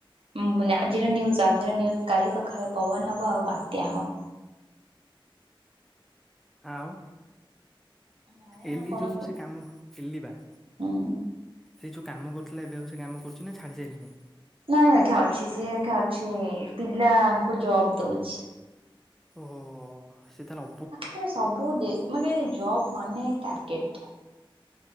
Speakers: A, on the right; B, in the centre.
A: ମାନେ ଆଜିର ନ୍ୟୁଜ୍ ଆଜିର ନ୍ୟୁଜ୍ କାଲି ସଖାଳେ ପବନ ହବ ଆଉ ବାତ୍ୟା ହବ।
B: ଆଉ।
A: ନାଇଁ
B: ଏଲି
A: ଆଉ କଣ
B: ଯୋଉ
A: କୁ
B: ସେ କାମ ଏଲି ବା।
A: ହୁଁ।
B: ସେଇ ଯୋଉ କାମ କରୁଥିଲା ଏବେ ଆଉ ସେ କାମ କରୁଛି ନା ଛାଡି ସାଇଲାଣି?
A: ନାଇଁ ଆଜ୍ଞା ଅଛି ସେ ଅକା ଅଛି ପିଲାଙ୍କୁ ଜବ୍ ଦଉଛି।
B: ଓହୋ ସେ ତାନ
A: ରେ ସବୁ ଦେ ମେ ଜବ୍ ମାନେ ଟାର୍ଗେଟ।